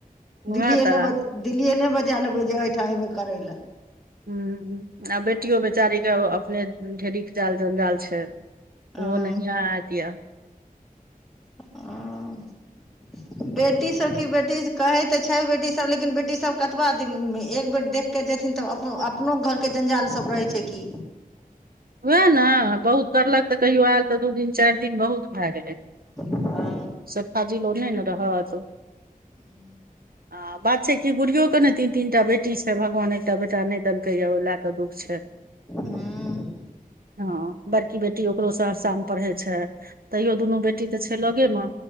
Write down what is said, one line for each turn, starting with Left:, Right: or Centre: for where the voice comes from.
Right: उएह
Centre: दिल्लीए
Right: तऽ
Centre: ने ब दिल्लिए नहि बजा लेबै जे एहिठाम एबै करै लै
Right: ह आ बेटियो बेचारी के अपने ढेरिक जाल जंजाल छै
Centre: हँ
Right: ओ नहिया आयतिया
Centre: <unintelligible> बेटी सब की बेटी कहै तऽ छै बेटी सब लेकिन बेटी सब कतबा दिन एक बेर देख के जेथिन तब अपन अपनो घरके जंजाल सब रहै छै कि
Right: उएह ने बहुत करलक तऽ कहियो आयल तऽ दू दिन चारि दिन बहुत भए गेलै
Centre: हँ
Right: स फाजील ओ नहि ने रहत
Centre: हू
Right: आ बात छै कि बुढ़ियो के ने तीन तीन टा बेटी छै भगवान एकटा बेटा नहि देलकै यै ओइ लै तऽ दुःख छै
Centre: हूँ
Right: हँ बड़की बेटी ओकरो सहरसामे पढ़ै छै तैयो दुनू बेटी तऽ छै लगेमे